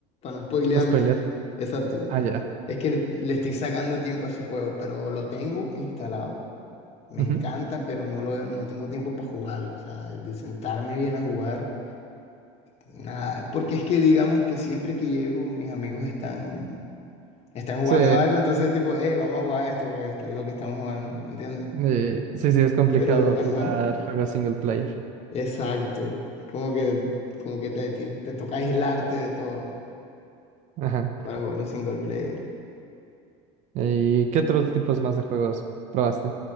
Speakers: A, on the left (about 40°); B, on the right (about 50°).
A: no spoileármelo.
B: No Spoiler.
A: Exacto.
B: Ah, ya.
A: Es que le estoy sacando tiempo a ese juego, pero lo tengo instalado. Me
B: Ujú.
A: encanta, pero no lo no tengo tiempo para jugarlo, o sea, de sentarme bien a jugar. Nada, porque es que digamos que siempre que llego mis amigos están están
B: Sí,
A: jugando algo, entonces tipo, hey, vamos a jugar esto, pues esto es lo que estamos jugando, ¿entiendes?
B: eh, sí, sí, es complicado
A: Pero, ajá.
B: jugar juegos single player.
A: Exacto. Es como que, como que te, ti- te toca aislarte de todo
B: Ajá.
A: para jugar un single player.
B: ¿Y qué otros tipos más de juegos probaste?